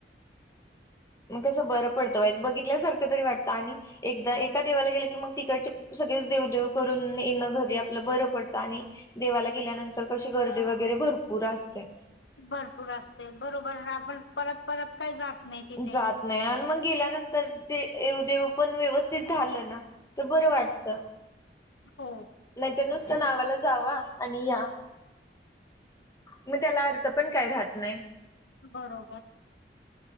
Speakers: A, on the left (about 20°); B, on the left (about 85°).
A: मग कसं बरं पडतं वाईज बघितल्यासारखं तरी वाटतं आणि एकदा एका देवाला गेलं की मग तिकडचे सगळेच देव देेव करून येणं घरी आपलं बरं पडतं आणि देवाला गेल्यानंतर कशी गर्दी वगैरे भरपूर असते.
B: भरपूर असते बरोबर आपण परत परत काय जात नाही तिथे
A: जात नाही आणि मग गेल्यानंतरव देेव पण व्यवस्थित झालं ना तर बरं वाटत
B: हो
A: नाही तर नुस नावाला जावा आणि या मी त्याला अर्थ पण काय राहत नाही
B: बरोबर.